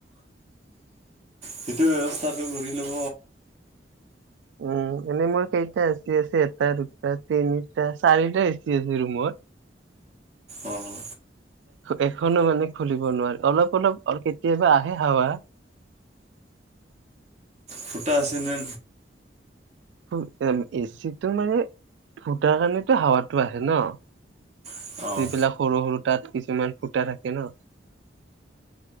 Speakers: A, on the right (about 40°); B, on the right (about 80°).
A: সেইটো ব্যৱস্থাটো কৰি লব।
B: উম, এনেই মোৰ কেইটা, এচি আছে, এটা, দুটা তিনিটা, চাৰিটা, এচি আছে ৰুমত।
A: অঁ
B: এখনো মানে খুলিব নোৱাৰি, অলপ, অলপ কেতিয়াবা আহে হাৱা।
A: ফুটা আছে, নে
B: ফো, এচিটো মানে, ফুটাৰ কাৰণেতো হাৱাতটো আহে ন।
A: নাই?
B: যিবিলাক সৰু, সৰু, তাত কিছুমান ফুটা থাকে, ন।